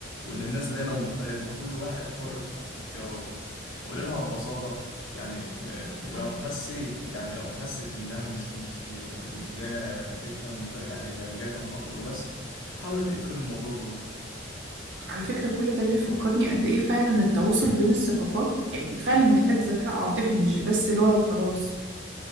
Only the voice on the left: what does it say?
وان الناس دايما مختلفة وكل واحد حر في ح- في اختياراته قولي لها ببساطة يعني آه، ولو
حسيت يعني لو حست انها مش مش م- مش جاية تفهم ب- يعني بل جاية تنتقد وبس حاولي تقفلي الموضوع بلطف